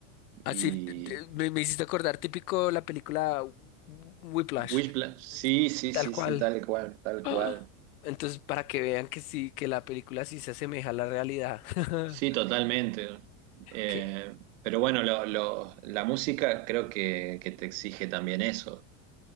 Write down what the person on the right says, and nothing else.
Y
Wishpla- sí, sí,
sí,
sí, tal cual,
tal cual.
Sí, totalmente. Eh,
pero bueno, lo- lo- la música creo que, que te exige también eso.